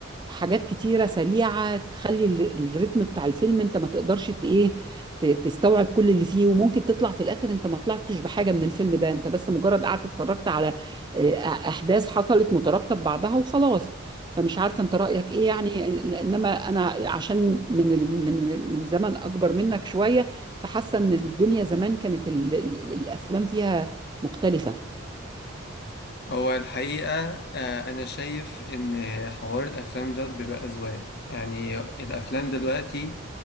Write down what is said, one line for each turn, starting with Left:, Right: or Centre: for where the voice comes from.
Right: حاجات كتيرة سريعة تخلي ال- الريتم بتاع الفيلم انت ما تقدرش ت- ايه ت- تستوعب كل اللي فيه وممكن تطلع في الاخر انت ما طلعتش بحاجة من الفيلم ده انت بس مجرد قعدت اتفرجت على آه، احداث حصلت مترابطة ببعضها وخلاص فمش عارفة انت رأيك ايه يعني انما انا عشان من ال... من ال- من زمن اكبر منك شوية فحاسة ان الدنيا زمان كانت ال... ال- الافلام فيها مختلفة
Left: هو الحقيقة آه، أنا شايف إن حوار الأفلام ده بيبقى أذواق يعني الأفلام دلوقتي